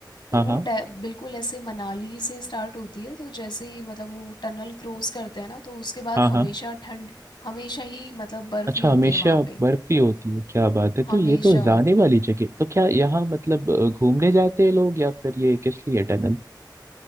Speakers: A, on the left; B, on the right.
A: तो
B: हाँ
A: वो
B: हाँ
A: डै- बिल्कुल ऐसे मनाली से स्टार्ट होती है तो जैसे ही मतलब वो टनल क्रॉस करते हैं ना तो उसके बाद
B: हाँ
A: हमेशा
B: हाँ
A: ठंड हमेशा ही मतलब बर्फ
B: अच्छा
A: ही होती
B: हमेशा
A: है वहां पे
B: बर्फी होती है क्या बात है
A: हमेशा
B: तो ये तो
A: होती
B: जाने
A: है
B: वाली जगह तो क्या यहाँ मतलब अ, घूमने जाते हैं लोग या फिर ये किस लिए टनल